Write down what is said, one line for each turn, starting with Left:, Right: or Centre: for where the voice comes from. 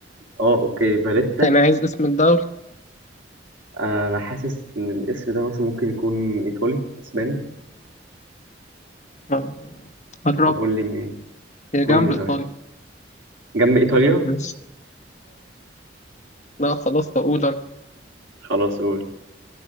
Right: اه اوكي فاليتا
Left: أنا عايز اسم الدولة
Right: انا حاسس ان الاسم ده مثلا ممكن يكون ايطالي اسباني
Left: آه، قربت
Right: طب قول لي منين
Left: هي
Right: قول
Left: جنب
Right: لي طيب
Left: إيطاليا
Right: جنب ايطاليا
Left: بس لا خلاص هقول أنا
Right: خلاص قول